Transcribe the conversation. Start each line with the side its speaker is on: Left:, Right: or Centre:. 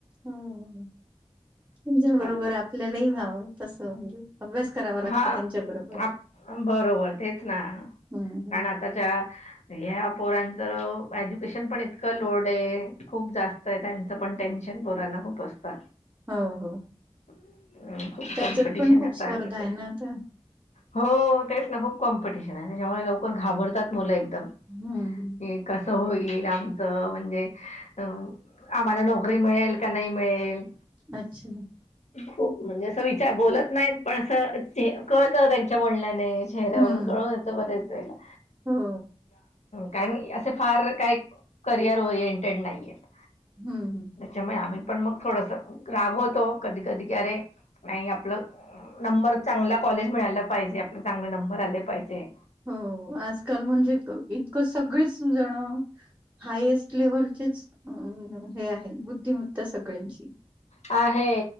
Right: ह तुच्या
Left: चालू
Right: बरोबर
Left: असत
Right: आपल्यालाही हवं तसं म्हणजे. अभ्यास करावा लागतो
Left: हा
Right: त्यांच्या बरोबर.
Left: आप बरोबर तेच ना
Right: हम्म
Left: कारण
Right: हम्म.
Left: आताच्या ह्या पोरांचं एज्युकेशन पण इतकं लोड आहे. खूप जास्त आहे त्यांचं पण टेन्शन पोरांना खूप असतं.
Right: हो हो.
Left: अ खूप
Right: त्याच्यात
Left: कॉम्पिटिशन
Right: पण खूप
Left: आहे
Right: स्पर्धा
Left: प्रायव्हेट.
Right: आहे ना तर.
Left: हो तेच ना खूप कॉम्पिटिशन आहे, त्याच्यामुळे लवकर घाबरतात मुलं एकदम.
Right: हम्म हम्म.
Left: क कसं होईल आमचं म्हणजे अ आम्हाला नोकरी मिळेल, का नाही मिळेल.
Right: अच्छा!
Left: खूप म्हणजे अस विचार बोलत नाहीत. पण असं कळत त्यांच्या बोलण्याने. चेहऱ्यावरून
Right: हम्म
Left: कळून येतो बरेच वेळेला
Right: हो
Left: कारण असे फार काही करिअर ओरिएंटेड नाहीय आहेत.
Right: हम् हम्.
Left: त्याच्यामुळे आम्ही पण मग थोडस रागवतो कधी कधी की अरे नाही आपलं नंबर चांगला कॉलेज मिळायाला पाहिजे. आपले चांगले नंबर आले पाहिजे.
Right: हो आजकाल म्हणजे इतकं सगळीच जणं. हायएस्ट लेव्हलचेच हे आहे, बुद्धिमत्ता सगळ्यांची.
Left: आहे